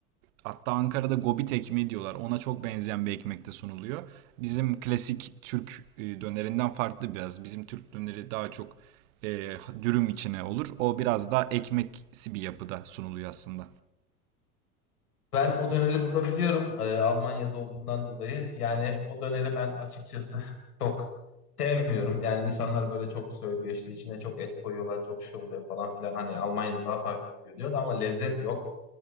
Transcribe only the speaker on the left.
Ben o döneri burada biliyorum. e, Almanya'da olduğumdan dolayı. Yani o döneri ben açıkçası <laughs> çok sevmiyorum. Yani insanlar böyle çok söylüyor işte içine çok et koyuyorlar, çok şey oluyor falan filan. Hani Almanya'da daha farklı oluyor diyor da ama lezzet yok.